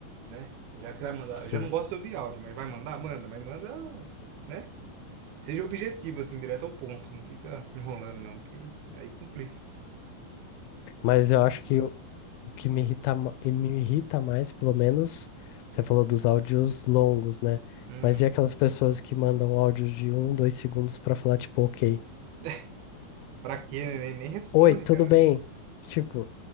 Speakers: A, on the right; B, on the left.
A: né? Já que vai mandar,
B: Sim.
A: eu já não gosto de ouvir áudio, mas vai mandar, manda, mas manda, né? Seja objetivo, assim, direto ao ponto. Não fica enrolando, não, que aí complica.
B: Mas eu acho que o que me irrita, ma- e me irrita mais, pelo menos, você falou dos áudios longos, né?
A: Uhum.
B: Mas e aquelas pessoas que mandam áudios de um, dois segundos pra falar, tipo, ok,
A: <laughs> Pra quê? né? Nem, nem responde,
B: oi, tudo
A: cara.
B: bem?
A: É,
B: Tipo,